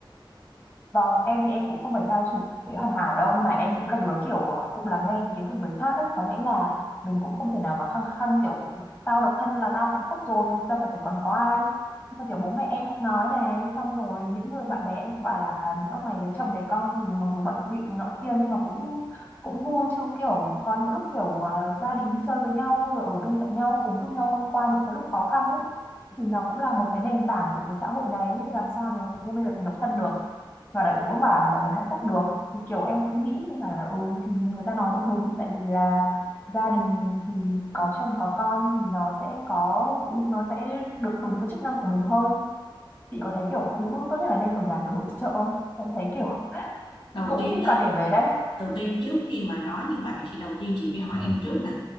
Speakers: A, on the left; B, on the left.
A: Vâng, em thì em cũng không phải theo chủ nghĩa hoàn hảo đâu nhưng mà em cũng là đứa kiểu à, cũng lắng nghe ý kiến của người khác ấy có nghĩa là mình cũng không thể nào mà khăng khăng kiểu tao độc thân là tao hạnh phúc rồi vì tao cần phải còn có ai nhưng mà kiểu bố mẹ em cũng nói này xong rồi những người bạn bè em cũng bảo là ông mày lấy chồng lấy con thì mặc dù bận bịu nọ kia nhưng mà cũng cũng vui chứ kiểu có những lúc kiểu à, gia đình đi chơi với nhau rồi ở bên cạnh nhau cùng giúp nhau thông qua những cái lúc khó khăn đấy thì nó cũng là một cái nền tảng của cái xã hội đấy làm sao mà như bây giờ thành độc thân được và lại cũng bảo là hạnh phúc được thì kiểu em cũng nghĩ mà là ừ thì người ta nói cũng đúng tại vì là gia đình thì có chồng có con thì nó sẽ có phụ nữ nó sẽ được đúng cái chức năng của mình hơn chị có thấy kiểu phụ nữ tốt nhất là nên ở nhà kiểu nội trợ không em thấy kiểu
B: đầu
A: cũng
B: tiên
A: thích
B: á
A: quan điểm đấy đấy
B: đầu tiên trước khi mà nói như vậy thì đầu tiên chị phải hỏi em trước nè